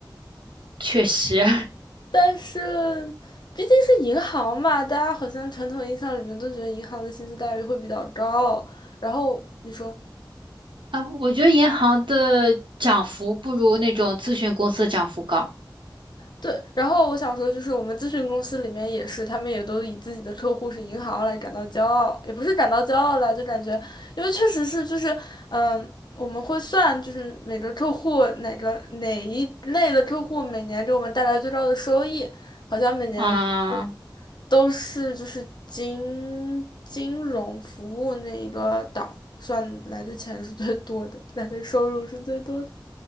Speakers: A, on the right (about 85°); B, on the left (about 60°).
A: 确实，
B: 但是毕竟是银行嘛，大家好像传统印象里面都觉得银行的薪资待遇会比较高。然后你说。
A: <laughs> 啊，我觉得银行的涨幅不如那种咨询公司的涨幅高。
B: 对，然后我想说，就是我们咨询公司里面也是，他们也都以自己的客户是银行来感到骄傲，也不是感到骄傲啦，就感觉，因为确实是就是，嗯，我们会算，就是每个客户哪个哪一类的客户每年给我们带来最高的收益，好像每年
A: 啊。
B: 都是就是金金融服务那一个档算来的钱是最多的，<laughs> 来的收入是最多的。